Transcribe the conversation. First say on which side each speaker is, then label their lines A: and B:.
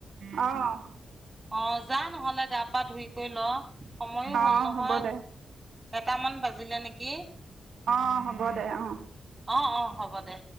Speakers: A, on the right; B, on the right.
A: অঁ',
B: অঁ', যা নহলে গা পা ধুই কৰি ল' সময়ো
A: অঁ
B: হল নহয়।
A: হ'ব দে
B: এটা মান বাজিলে নেকি?
A: অঁ', হ'ব দে অঁ'।
B: অঁ', অঁ', হ'ব দে।